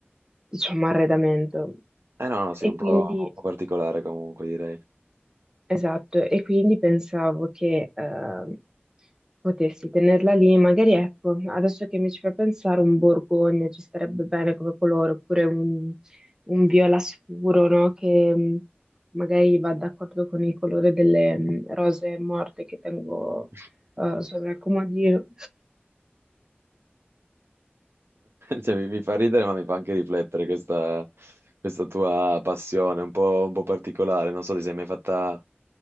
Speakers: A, on the right; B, on the right.
A: diciamo, arredamento.
B: Eh no, no, sì,
A: E
B: un po',
A: quindi
B: un po' particolare comunque direi.
A: Esatto, e quindi pensavo che ehm, potessi tenerla lì, magari ecco, adesso che mi ci fa pensare un borgogna ci starebbe bene come colore, oppure un, un viola scuro, no? Che mh, magari va d'accordo con il colore delle mh, rose morte che tengo
B: <laughs>
A: eh, sopra il comodino.
B: Cioè, mi, mi fa ridere, ma mi fa anche riflettere questa, questa tua passione, un po', un po' particolare. Non so, ti sei mai fatta